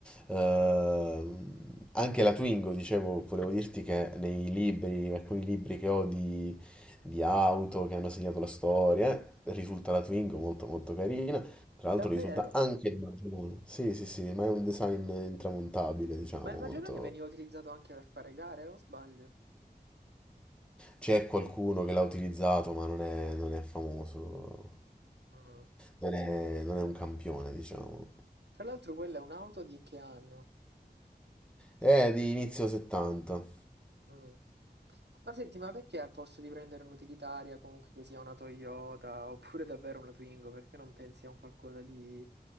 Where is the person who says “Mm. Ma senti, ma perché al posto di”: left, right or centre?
Right